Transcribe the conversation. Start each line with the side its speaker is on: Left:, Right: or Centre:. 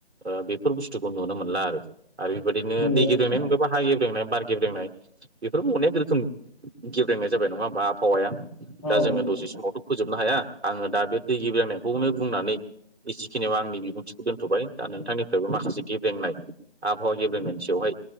Right: ओं बेफोर बुस्थुखौ नुनो मोनला आरो। आरो बेबबायदिनो
Left: नंगौ
Right: दै
Left: नोंथां
Right: गेब्रेंनाय
Left: थारैनो नंगौ
Right: हा गेब्रेंनाय, बार गेब्रेंनाय, बेफोरबो अनेक रोखोम गेब्रेंनाय जाबाय नङा होमा आबहावाया?
Left: नोंथां
Right: दा
Left: औ
Right: जोङो
Left: नंगौ
Right: दसे समावथ' फोजोबनो हाया आङो दा बे दै गिब्रेंनाय खौनो बुंनानै बिसेखिनियाव आंनि बिबुंथिखौ दोनथ'बाय। दा नोंथांनिफ्रायबो माखासे गेब्रेंनाय आबहावा गेब्रेंनायनि सायावहाय